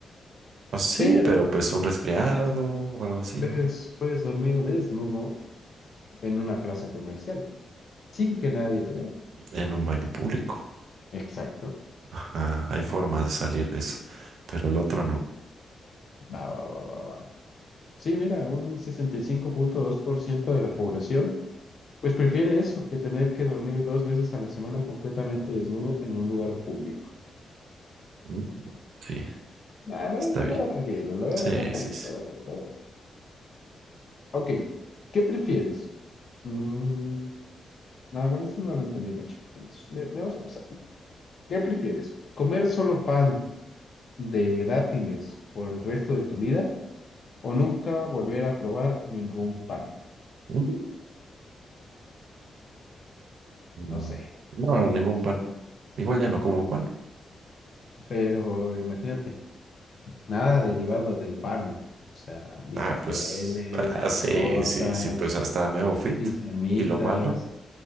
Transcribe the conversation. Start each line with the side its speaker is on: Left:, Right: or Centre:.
Right: Ah, sí,
Left: pero
Right: pero pues un resfriado
Left: puedes, dormir-
Right: o algo así,
Left: puedes,
Right: ¿no?
Left: puedes dormir desnudo en una plaza comercial sin que nadie te vea.
Right: En un baño público.
Left: Exacto.
Right: Ajá, hay formas de salir de eso, pero el otro no.
Left: Va, va, va, va, va. Sí, mira, un sesenta y cinco punto dos por ciento de la población, pues prefiere eso que tener que dormir dos veces a la semana completamente desnudo en un lugar público.
Right: Mm, Sí,
Left: Ah, lo
Right: está
Left: veo,
Right: bien.
Left: lo veo tranquilo, lo veo,
Right: Sí,
Left: lo veo
Right: sí,
Left: bien,
Right: sí.
Left: lo veo bien, lo veo bien. Ok, ¿qué prefieres? Mm, ah, bueno, esto no lo entendí mucho. Entonces, le- le vamos a pasar. ¿Qué prefieres? ¿Comer solo pan de dátiles por el resto de tu vida o nunca volver a probar ningún pan?
Right: Mm. Mm,
Left: No sé,
Right: No, ningún pan. Igual ya no como pan.
Left: pero imagínate. Nada derivado del pan, o sea, ni
Right: Ah,
Left: pasteles,
Right: pues, ah,
Left: ni
Right: sí,
Left: tortas,
Right: sí, sí, pues hasta me hago fit.
Left: ni semitas
Right: Y lo malo,